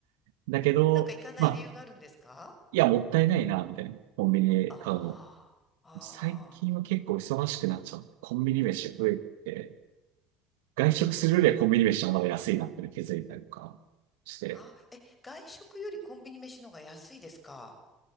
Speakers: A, on the right; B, on the left.
A: う。だけど、
B: なんか行かない理由があるんですか
A: まあ、いや、もったいないな、みたいな。コンビニで買うの。
B: ああ、
A: 最近は結構忙しくなっちゃう。
B: あ
A: コンビニ飯増えて、外食するよりはコンビニ飯の方が安いなって気づいたりとかして。
B: あ、あ、え、外食よりコンビニ飯の方が安いですか